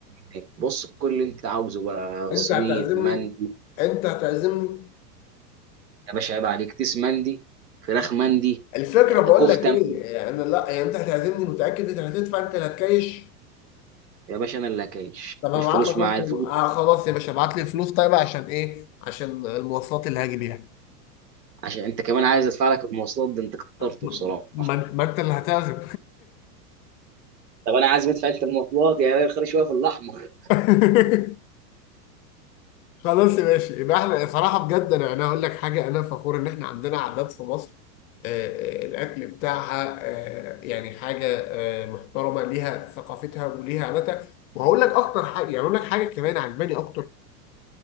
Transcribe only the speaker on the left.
انت
هتعزمني
انت هتعزمني
الفكره
بقول
لك ايه
انا لا يعني انت هتعزمني متاكد انت هتدفع انت اللي هتكايش
طب هبعت
لك
رقم
آه خلاص يا باشا ابعت لي الفلوس طيب عشان ايه عشان المواصلات اللي هاجي بيها
م-
ما انت ما انت اللي هتعزم
<laughs> خلاص يا ماشي يبقى احنا صراحة بجد انا انا هقول لك حاجة انا فخور ان احنا عندنا عادات في مصر آه، آه، الاكل بتاعها آه، يعني حاجة آه، محترمة ليها ثقافتها وليها عاداتها وهقول لك اكتر حاجة يعني اقول لك حاجة كمان عجباني اكتر